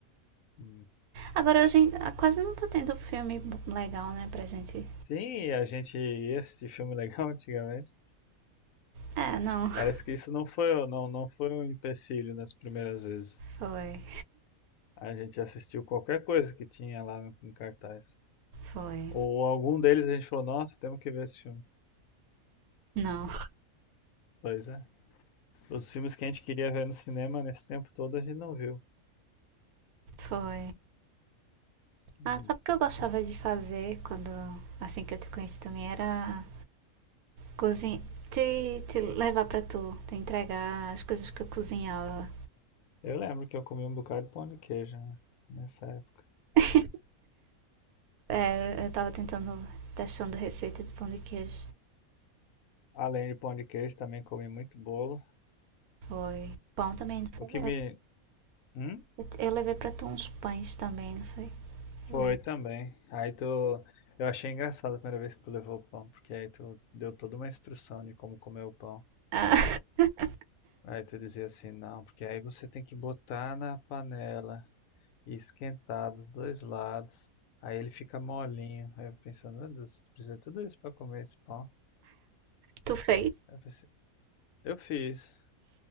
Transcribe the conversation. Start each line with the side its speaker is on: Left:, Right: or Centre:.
Left: Hum.
Right: Agora hoje em- ah, quase não tá tendo filme bo- legal, né, pra gente.
Left: Sim, a gente ia assistir filme legal <laughs> antigamente.
Right: É, não. <laughs>
Left: Parece que isso não foi, o- não, não foi um empecilho nas primeiras vezes.
Right: Foi.
Left: A gente assistiu qualquer coisa que tinha lá no, em cartaz.
Right: Foi.
Left: Ou algum deles a gente falou, nossa, temos que ver esse filme.
Right: Não.
Left: Pois é. Os filmes que a gente queria ver no cinema nesse tempo todo a gente não viu.
Right: Foi.
Left: Hum.
Right: Ah, sabe o que eu gostava de fazer quando, assim que eu te conheci também, era cozinhar, te, te levar pra tu, te entregar as coisas que eu cozinhava.
Left: Eu lembro que eu comi um bocado de pão de queijo né, nessa época.
Right: <laughs> É, eu tava tentando, testando receita de pão de queijo.
Left: Além de pão de queijo, também comi muito bolo.
Right: Foi. Pão também, não foi?
Left: O que me.
Right: Eu,
Left: Hum?
Right: eu, eu levei pra tu uns pães também, não foi? Eu
Left: Foi
Right: lembro.
Left: também. Aí tu. Eu achei engraçado a primeira vez que tu levou o pão, porque aí tu deu toda uma instrução de como comer o pão.
Right: Ah, <laughs>
Left: Aí tu dizia assim, não, porque aí você tem que botar na panela e esquentar dos dois lados. Aí ele fica molinho. Aí eu pensando, meu Deus, precisa de tudo isso pra comer esse pão.
Right: tu fez?
Left: Aí eu pensei, eu fiz.